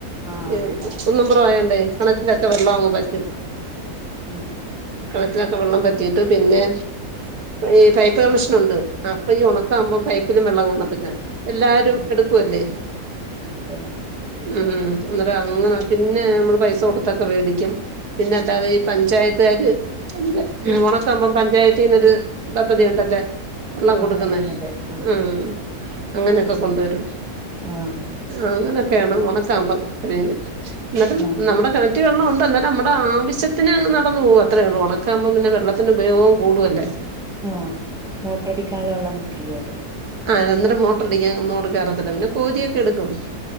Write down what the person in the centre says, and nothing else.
ആഹ്
ആഹ്.
ആഹ്
അതെ അതെ
ആഹ്
വെള്ളത്തിന്റെ ആഹ്
ആഹ്.
ആഹ്
ആഹ് മോട്ട അടിക്കാൻള്ള വെള്ളം കിട്ടില്ലെ അതെ.